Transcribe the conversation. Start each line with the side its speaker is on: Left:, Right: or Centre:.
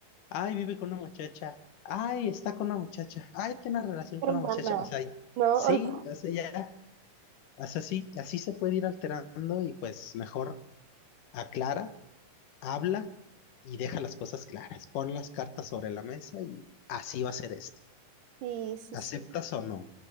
Left: ay, vive con una muchacha, ay, está con una muchacha, ay, tiene una relación
Right: Hermana,
Left: con una muchacha, o sea, y-
Right: ¿no?
Left: sí,
Right: O sea,
Left: o sea, ya, o sea, sí, así se puede ir alterando y pues mejor aclara, habla y deja las cosas claras, pon las cartas sobre la mesa y así va a ser esto,
Right: sí, sí, sí.
Left: aceptas o no,